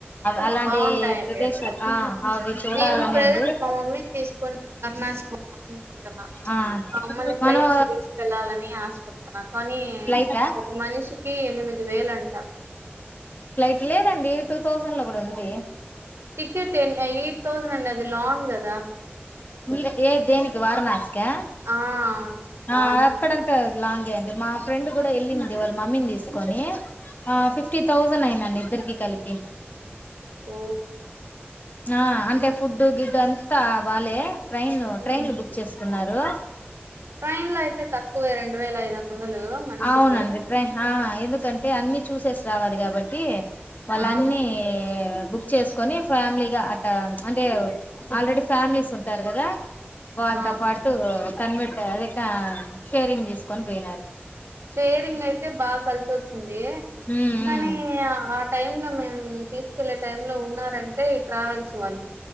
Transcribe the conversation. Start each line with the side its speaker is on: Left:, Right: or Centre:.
Left: అలాంటి
Right: బాగుంటాయండి
Left: ప్రదేశాలు
Right: అక్కడ
Left: ఆ అవి చూడాలని
Right: నేను ప్రెజెంట్
Left: ఉంది
Right: మా మమ్మీని తీసుకొని వరుణాసి పోతున్నా
Left: ఆ
Right: మా అమ్మని ఫ్లైట్
Left: మనం
Right: లో తీసుకెళ్ళాలని ఆశపడుతున్నా కానీ
Left: ఫ్లైటా
Right: ఒక మనిషికి ఎనిమిది ఐదు వేలు అంట
Left: ఫ్లైట్ లేదండి టూ థౌజండ్ లో కూడా ఉంది
Right: టికెట్ ఎ ఎయిట్ థౌసండ్ అండి అది లాంగ్ కదా
Left: ఇ ఏ దేనికి వారణాసి క్యా
Right: ఆ వారణాసి
Left: ఆ అక్కడంతా లాంగే అం మా ఫ్రెండ్ కూడా వెళ్ళింది వాళ్ళ మమ్మీని తీసుకొని ఆ ఫిఫ్టీ తౌజండ్ టూ నైన్ అండి ఇద్దరికి కలిపి
Right: ఓ
Left: ఆ అంటే ఫుడ్డు గిడ్డు అంతా వాలే ట్రైన్ ట్రైన్లు
Right: ఉమ్
Left: బుక్ చేస్తా అన్నారు
Right: ట్రైన్ లో అయితే తక్కువే రెండు వేల ఐదు వందలు మనిషికి
Left: అవునండి ట్రై ఆ ఎందుకంటే అన్ని చూసేసి రావాలి కాబట్టి వాళ్ళన్నీ
Right: ఆ
Left: బుక్ చేసుకొని ఫ్యామిలీగా అట అంటే ఆల్రెడీ ఫ్యామిలీస్ ఉంట చెంటారు కదా వాళ్ళతో
Right: ఆ
Left: పాటు కనిపెట్టారు అదే షేరింగ్ తీసుకొని పోయినారు
Right: షేరింగ్ అయితే బాగా కలిసి వస్తుంది
Left: ఉమ్
Right: కానీ
Left: ఉమ్
Right: టైమ్ లో మేము తీసుకెళ్లే టైం లో ఉన్నారంటే ట్రావెల్స్ వాళ్ళు